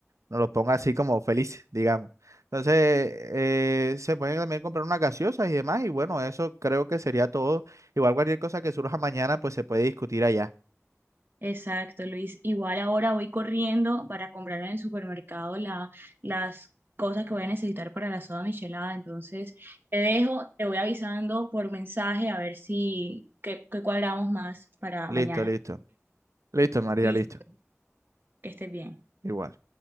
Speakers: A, on the right; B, on the right.
A: no los ponga así como felices, digamos. Entonces, eh, se pueden también comprar unas gaseosas y demás y bueno, eso creo que sería todo. Igual cualquier cosa que surja mañana pues se puede discutir allá.
B: Exacto, Luis. Igual ahora voy corriendo para comprar en el supermercado la, las cosas que voy a necesitar para la soda michelada. Entonces, te dejo, te voy avisando por mensaje a ver si qué, qué cuadramos más para
A: Listo,
B: mañana.
A: listo. Listo, María,
B: Listo,
A: listo.
B: que estés bien.
A: Igual.